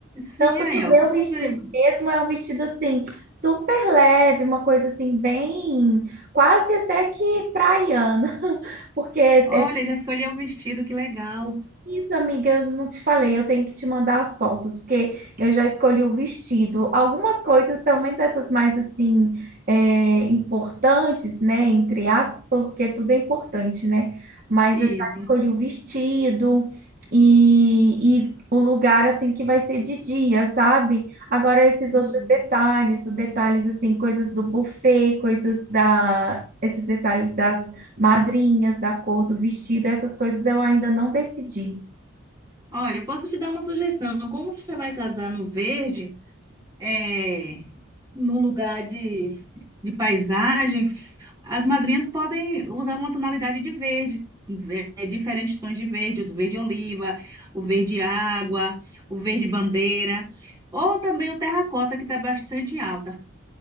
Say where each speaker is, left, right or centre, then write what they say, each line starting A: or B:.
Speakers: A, on the right; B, on the right.
A: sim,
B: Tanto
A: aí,
B: que o
A: ó.
B: meu
A: Como
B: vestido
A: você.
B: mesmo é um vestido assim, super leve, uma coisa assim, bem, quase até que praiana, <laughs> porque é
A: Olha, já escolheu o vestido, que legal.
B: isso, amiga, eu não te falei, eu tenho que te mandar as fotos, porque eu já escolhi o vestido. Algumas coisas, pelo menos essas mais assim, é, importantes, né? Entre aspas, porque tudo é importante, né? Mas
A: Isso.
B: eu já escolhi o vestido e, e o lugar assim que vai ser de dia, sabe? Agora esses
A: Sim.
B: outros detalhes, os detalhes assim, coisas do buffet, coisas da, esses detalhes das madrinhas, da cor do vestido, essas coisas eu ainda não decidi.
A: Olha, eu posso te dar uma sugestão. Como você vai casar no verde, é, num lugar de, de paisagem, as madrinhas podem usar uma tonalidade de verde, é, diferentes tons de verde, o verde oliva, o verde água, o verde bandeira, ou também o terracota, que está bastante em alta.